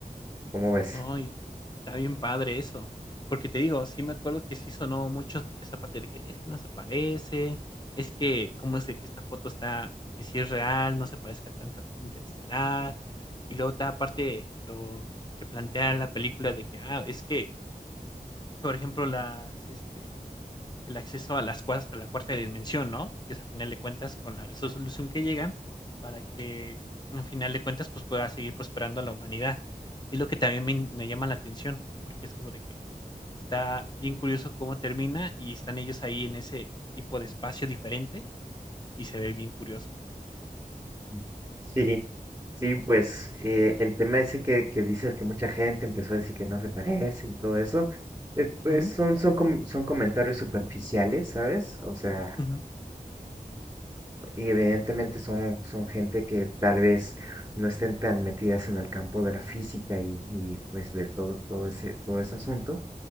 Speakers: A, on the right; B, on the left.
A: ¿Cómo ves?
B: no y está bien padre eso. Porque te digo, sí me acuerdo que sí sonó mucho esa parte de que es que no se parecen, es que cómo es de que esta foto está, que sí es real, no se parezca tanto a Interestelar. Y luego otra parte, lo que plantea la película de que, ah, es que, por ejemplo, las, este, el acceso a, las, cuas- a la cuarta dimensión, ¿no? Que es a final de cuentas con la resolución que llegan para que a final de cuentas pues pueda seguir prosperando la humanidad. Y lo que también me, me llama la atención, porque es como de que está bien curioso cómo termina y están ellos ahí en ese tipo de espacio diferente y se ve bien curioso.
A: Mm. Sí, sí, pues eh, el tema ese que, que dices que mucha gente empezó a decir que no se parece y todo eso, eh, pues
B: Ujú,
A: son, son, com- son comentarios superficiales, ¿sabes? O sea,
B: ujú.
A: Y evidentemente son, son gente que tal vez no estén tan metidas en el campo de la física y, y, pues de todo, todo ese, todo ese asunto.